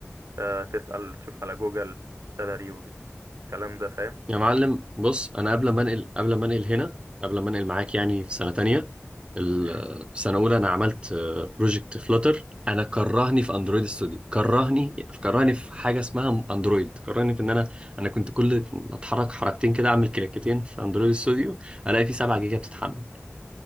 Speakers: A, on the right; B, on the right.
A: اه تسأل تشوف على جوجل سالري والكلام ده فاهم
B: يا معلم بص انا قبل ما انقل قبل ما انقل هنا قبل ما انقل معاك يعني في سنه تانية ال-
A: مم.
B: في سنه اولى انا عملت بروجكت فلوتر انا كرهني في اندرويد ستوديو كرهني كرهني في حاجه اسمها اندرويد كرهني في ان انا انا كنت كل ما اتحرك حركتين كده اعمل كليكتين في اندرويد ستوديو الاقي فيه 7 جيجا بتتحمل